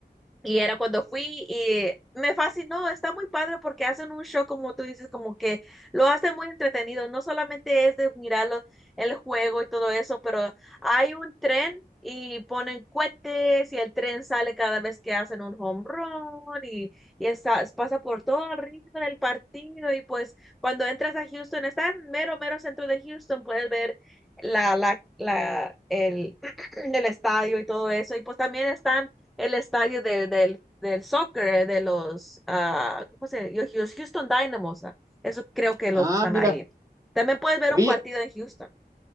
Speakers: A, in the centre; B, on the right (about 20°).
A: Y era cuando fui y me fascinó, está muy padre porque hacen un show como tú dices, como que lo hacen muy entretenido, no solamente es de mirar lo- el juego y todo eso, pero hay un tren y ponen cohetes y el tren sale cada vez que hacen un home run y, y está- pasa por todo arriba del partido y pues cuando entras a Houston, está en mero, mero centro de Houston, puedes ver la, la, la, el, <clears throat> el estadio y todo eso y pues también están el estadio de- del, del soccer, de los, ah, ¿cómo se llama? Los Houston Dynamos. ah, Eso creo que los
B: Ah,
A: que están
B: mira.
A: ahí. También puedes ver
B: Oye,
A: un partido en Houston.